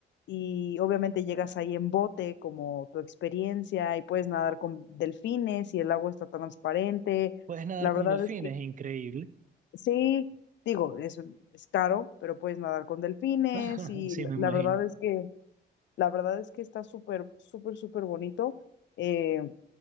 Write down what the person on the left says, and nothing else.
y obviamente llegas ahí en bote como tu experiencia y puedes nadar con delfines y el agua está transparente
la
verdad
es que
sí, digo, es, es caro, pero puedes nadar con delfines
y
la,
la
verdad es que, la verdad es que está súper, súper, súper bonito. Eh,